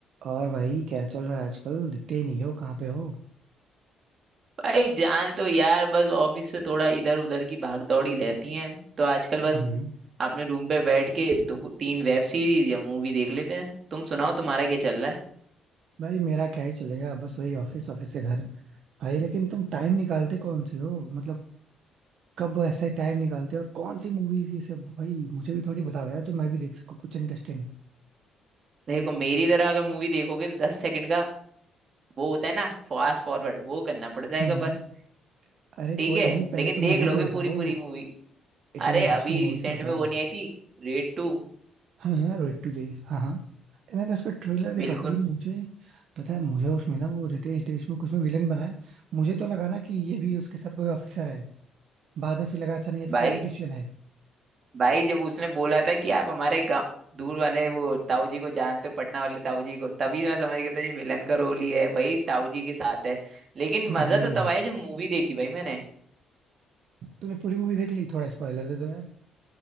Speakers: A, on the right (about 60°); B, on the right (about 40°).
A: और भाई क्या चल रहा है आजकल दिखते ही नहीं हो कहाँ पे हो
B: भाई जान तो यार बस ऑफिस से थोड़ा इधर उधर की भाग दौड़ी रहती है तो आजकल बस
A: हम्म
B: अपने रूम पे बैठ के दो तीन वेब सीरीज या मूवी देख लेते हैं तुम सुनाओ तुम्हारा क्या चल रहा है
A: भाई मेरा क्या ही चलेगा बस वही ऑफिस ऑफिस से घर भाई लेकिन तुम टाइम निकालते कौन से हो मतलब कब ऐसा टाइम निकालते हो और कौन सी मूवीज ये सब भाई मुझे भी थोड़ी बताओ यार तो मैं भी देख सकूँ कुछ इंटरेस्टिंग
B: देखो मेरी तरह अगर मूवी देखोगे तो दस सेकंड का वो होता है ना फास्ट फॉरवर्ड वो करना पड़ जाएगा
A: हम्म।
B: बस
A: अरे
B: ठीक
A: कोई
B: है
A: नहीं पहले
B: लेकिन
A: तो
B: देख
A: मूवी
B: लोगे
A: तो बताओ
B: पूरी पूरी मूवी
A: इतनी
B: अरे
A: इंटरेस्टिंग
B: अभी
A: मूवीज
B: रिसेंट
A: तो बताओ
B: में वो नहीं आई थी रेड टू
A: हाँ यार वेट टू डे हाँ हाँ मैंने उसका ट्रेलर देखा
B: बिल्कुल
A: भाई मुझे पता है मुझे उसमें ना वो रितेश देशमुख उसमें विलेन बना है मुझे तो लगा ना कि ये भी उसके साथ कोई ऑफिसर है बाद में फिर लगा अच्छा नहीं ये तो
B: भाई
A: पॉलिटिशियन है
B: भाई जब उसने बोला था कि आप हमारे गाँव दूर वाले वो ताऊ जी को जानते हो पटना वाले ताऊ जी को तभी मैं समझ गया था ये विलन का रोल ही है भाई ताऊ जी के साथ है लेकिन
A: हम्म
B: मजा
A: हम्म
B: तो तब आया जब मूवी देखी भाई मैंने
A: तूने पूरी मूवी देख ली थोड़ा स्पॉइलर दे दो यार